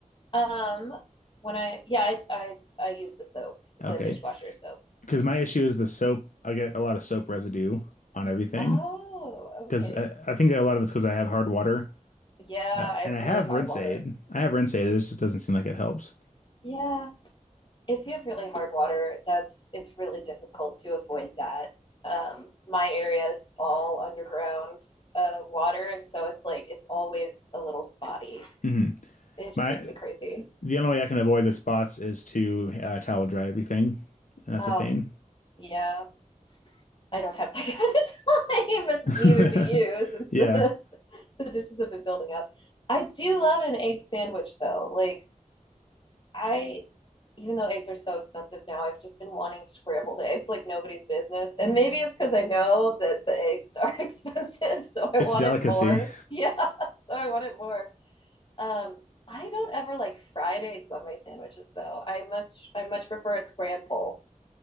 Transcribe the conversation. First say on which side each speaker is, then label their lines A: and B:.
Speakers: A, on the left; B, on the left.
A: um when I yeah, I I I use the soap,
B: Okay.
A: the dishwasher soap.
B: because my issue is the soap. I get a lot of soap residue on everything
A: Oh,
B: because
A: okay.
B: I, I think a lot of it's because I have hard water
A: Yeah,
B: uh,
A: I have
B: and I
A: really
B: have
A: hard
B: rinse
A: water.
B: aid. I have rinse aid. It just doesn't seem like it helps.
A: Yeah, if you have really hard water, that's it's really difficult to avoid that. Um, my area is all underground uh, water, and so it's like it's always a little spotty.
B: hmm
A: It just
B: My
A: makes me crazy.
B: the only way I can avoid the spots is to uh, towel dry everything, and that's
A: Oh,
B: a pain.
A: yeah, I don't have that <laughs> kind of time, and
B: <laughs>
A: neither do you, since
B: Yeah,
A: the <laughs> the dishes have been building up. I do love an egg sandwich, though. Like I even though eggs are so expensive now, I've just been wanting scrambled eggs like nobody's business. And maybe it's because I know that the eggs <laughs> are expensive, so I
B: it's
A: want
B: a delicacy.
A: it more. <laughs> Yeah, so I want it more. Um, I don't ever like fried eggs on my sandwiches though. I much I much prefer a scramble.